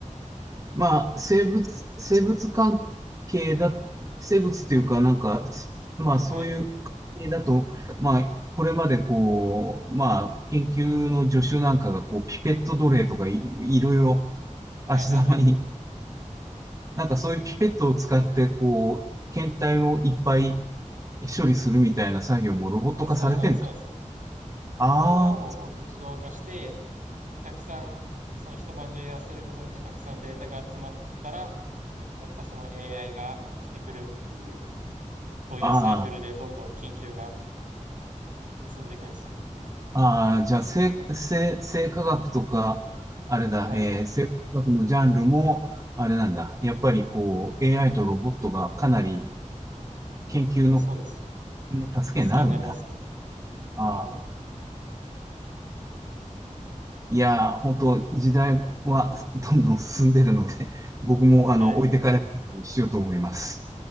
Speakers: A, on the right; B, on the right.
A: まあ、生物、生物関係だ、生物っていうか、なんか、そまあ、そういう関係だと、
B: はい。
A: まあ、これまでこう、まあ、研究の助手なんかが、こう、ピペット奴隷とかい、いろいろ足ざまに、
B: はいはいはい。
A: なんかそういうピペットを使って、こう、検体をいっぱい処理するみたいな作業もロボット化されてんだ。
B: あ、そういうのはそうですよ。
A: あ
B: そういうのはもう本当自動化して、で、たくさん、その一晩中やらせることによってたくさんデータが集まったら、やっぱその AI が生きてくるっていう、そういうサイクルでどんどん研究が
A: あ、ああ。
B: 進んでいくんですよね。
A: ああ、じゃあ、生、生、生化学とか、あれだ、
B: はい。
A: えー生化学のジャンルも、あれなんだ。やっぱりこう、AI とロボットがかなり研究の、
B: いや、そうです。
A: の助けになるんだ。
B: 助けになりますね。
A: ああ。
B: は
A: いやー、本当時代はどんどん進んでるので、僕も、あの、
B: い。はい。
A: 置いてかれないようにしようと思います。